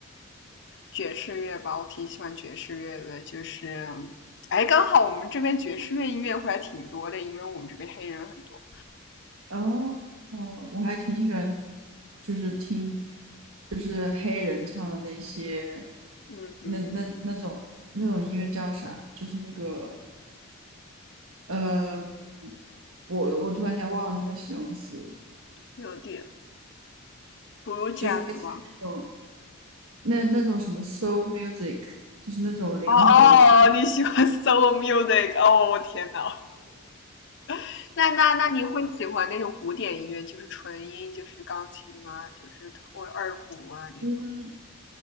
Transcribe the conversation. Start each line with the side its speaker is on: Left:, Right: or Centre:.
Left: 爵士乐吧，我挺喜欢爵士乐的，就是，哎，刚好我们这边爵士乐音乐会还挺多的，因为我们这边黑人很多。
Right: 哦哦，我还挺喜欢，就是听，就是黑人唱的那些，
Left: 嗯哼，
Right: 那那那种那种音乐叫啥？就是那个，呃，我我突然间忘了那个形容词，
Left: 有点 blue jazz
Right: 就是类似于那种
Left: 吗？
Right: 那那种什么 soul music，就是那种灵魂。
Left: 哦哦，你喜欢 solo music？哦，我天呐，<laughs> 那那那你会喜欢那种古典音乐，就是纯音，就是钢琴啊，就是或者二胡啊那种。
Right: 嗯。